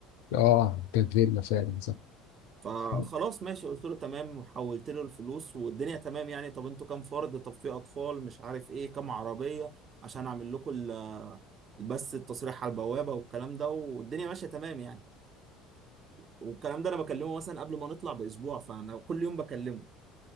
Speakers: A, on the left; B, on the right.
A: اه كانت فيلا فعلا
B: فخلاص
A: صراحه
B: ماشي قلت له تمام وحولت له الفلوس والدنيا تمام يعني طب انتوا كام فرد طب في اطفال مش عارف ايه كام عربية عشان اعمل لكم ال- بس التصريح على البوابة والكلام ده والدنيا ماشية تمام يعني والكلام ده انا بكلمه مثلا قبل ما نطلع باسبوع فانا كل يوم بكلمه